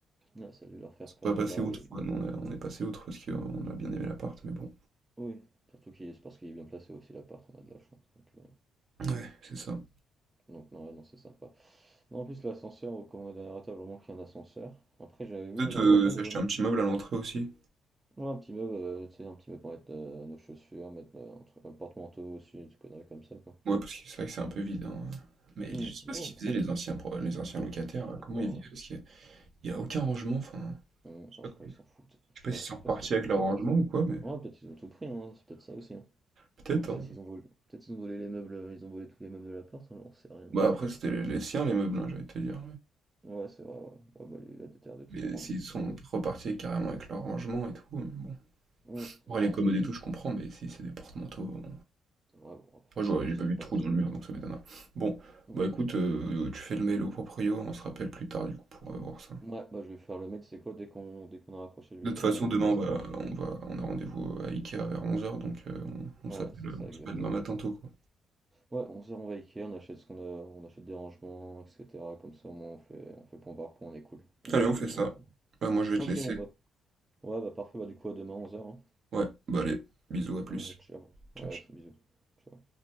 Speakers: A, on the right; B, on the right.
A: Ouais, ça a dû leur faire
B: ils sont
A: peur.
B: pas passés
A: Bah
B: outre,
A: oui,
B: quoi». Nous, on a on est passé outre parce qu'on a bien aimé l'appart, mais bon.
A: oui. Surtout qu'il c'est parce qu'il est bien placé aussi l'appart, on a de la chance. Donc, euh,
B: Ouais, c'est ça.
A: Donc non, ouais, non, c'est sympa. Non, en plus, l'ascenseur, au- comme on est au dernier étage, vraiment qu'il y a un ascenseur. Après, j'avais vu,
B: Peut-être,
A: j'ai entendu
B: heu,
A: dire
B: s'acheter
A: des voisins.
B: un petit meuble à l'entrée aussi.
A: Ouais, un petit meuble, euh, tu sais, un petit meuble pour mettre euh, nos chaussures, mettre euh, un truc, un porte-manteau aussi, des conneries comme ça, quoi.
B: Ouais, parce que c'est vrai que c'est un peu vide, hein, mais
A: Hmm,
B: je sais pas
A: Non,
B: ce
A: on
B: qu'ils
A: prend.
B: faisaient les anciens pro les anciens locataires,
A: Je
B: là.
A: sais
B: comment
A: pas.
B: ils
A: hein.
B: vivaient? Parce que Il y a aucun rangement, enfin,
A: Hmm,
B: je sais
A: ah,
B: pas
A: je
B: comment-
A: crois qu'ils s'en foutent.
B: je
A: Je
B: sais pas
A: crois,
B: s'ils
A: je
B: sont
A: sais
B: repartis
A: pas ce qu'il faut.
B: avec
A: Après,
B: leur rangement
A: peut-être.
B: ou quoi, mais
A: Ouais, peut-être ils ont tout pris, hein. C'est peut-être ça aussi, hein.
B: peut-être,
A: Donc, peut-être
B: hein.
A: ils ont volé. Peut-être ils ont volé les meubles, euh, ils ont volé tous les meubles de l'appart, hein, j'en sais rien,
B: Bah après, c'était les, les siens, les meubles, hein, j'allais te dire,
A: mais. Ouais, c'est vrai, ouais. Ouais, bah, il a des terres de tout
B: mais,
A: prendre.
B: mais s'ils sont
A: Ouais.
B: repartis carrément avec leur rangement et tout, mais bon.
A: Hmm,
B: En
A: Ouais.
B: vrai, les commodes et tout, je comprends, mais si c'est des porte-manteaux, bon.
A: Ouais, bon, après,
B: Moi, je
A: écoute,
B: vois- j'ai pas vu
A: c'est
B: de
A: pas
B: trou
A: ça.
B: dans le mur, donc ça m'étonne. Bon,
A: Hmm.
B: bah écoute, euh, tu fais le mail au proprio, on se rappelle plus tard, du coup, pour euh, voir ça.
A: Ouais, bah je vais faire le mec, c'est quoi? Dès qu'on dès qu'on a rapproché, je
B: De
A: vais faire
B: toute façon,
A: le mec,
B: demain,
A: comme ça
B: on
A: ça.
B: va, on va, on a rendez-vous à Ikea vers onze heures, donc euh, on, on
A: Ouais,
B: s'appelle,
A: c'est ça,
B: on
A: exactement.
B: s'appelle demain matin tôt, quoi.
A: Ouais, on se rend à Ikea, on achète ce qu'on a, on achète des rangements, etc. Comme ça, au moins, on fait, on fait point par point, on est cool. Et,
B: Allez,
A: on
B: on fait
A: et
B: ça.
A: on est pas mal.
B: Bah, moi, je vais
A: Ok,
B: te laisser.
A: bon, bah. Ouais, bah parfait, bah du coup, à demain, 11h.
B: Ouais, bah allez, bisous, à plus.
A: Ouais, ciao. Ouais,
B: Ciao, ciao.
A: c'est bisous. Ciao.